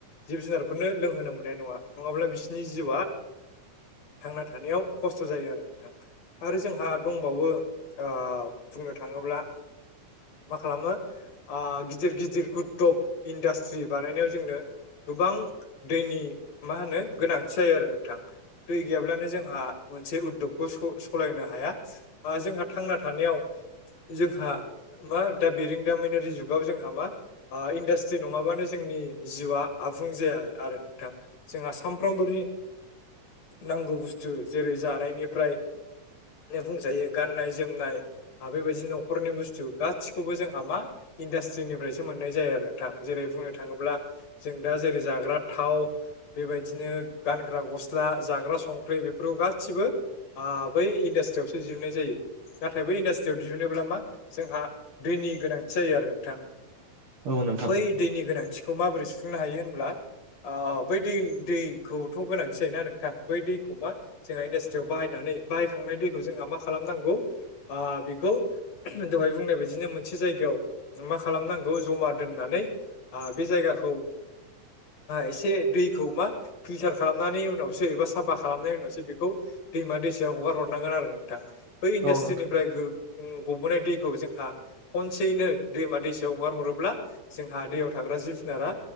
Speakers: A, on the left (about 65°); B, on the right (about 50°).
A: जिब जुनारफोरनो लोंहोनो मोननाय नङा नङाब्ला बिसोरनि जिउआ थांना थानायाव खस्त जायो आरो नोंथां आरो जोंहा दंबावो ओ बुंनो थाङोब्ला मा खालामो ओ गिदिर गिदिर उद्धब इन्डास्ट्रि बानायनायाव जोंनो गोबां दैनि मा होनो गोनांथि जायो आरो नोंथां दै गैयाब्लानो जोंहा मोनसे उद्दबखौ स सालायनो हाया ओ जोंहा थांना थानायाव जोंहा मा दा बेरों दामिनारि जुगाव जोंहा मा ओ इन्डास्ट्रि नङाबानो जोंनि जिउआ आबुं जाया आरो नोंथां जोंहा सामफ्रोमबोनि नांगौ बुस्थु जेरै जानायनिफ्राय बुंजायो गाननाय जोमनाय आरो बेबायदिनो न'खरनि बुस्थु गासिखौबो जों हा मा इन्डासट्रिनिफ्रायसो मोननाय जायो आरो थां जेरै बुंनो थाङोब्ला जों दा जेरै जाग्रा थाव बेबायदिनो गानग्रा गस्ला जाग्रा संख्रि बेफोराव गासिबो ओ बै इन्डास्ट्रियाव बिजिरनाय जायो नाथाय बै इन्दास्ट्रियाव दिहोनोब्ला मा दैनि गोनांथि जायो आरो नोंथां
B: औ नोंथां
A: बै दैनि गोनांथिखौ माबोरै सुफुंनो हायो होनब्ला ओ बै दै दैखौथ' गोनांथि जायोना नोंथां बै दैखौ मा जोंहा इन्डासट्रियाव बाहायनानै बाहायखांनाय दैखौ जोंहा मा खालामनांगौ बेखौ दहाय बुंनाय बायदिनो मोनसे जायगायाव मा खालामनांगौ जमा दोननानै बे जायगाखौ एसे दैखौ मा फिलटार खालामनायनि उनावसो एबा साफा खालामनायनि उनावसो बेखौ दैमा दैसायाव हगार हरनांगोन आरो नोंथां बै इन्डास्ट्रिनिफ्राय
B: औ नोंथां
A: गो अम गबोनाय दैखौ जोंहा खनसेयैनो दैमा दैसायाव हगार हरोब्ला जोंहा दैयाव थाग्रा जिब जुनारा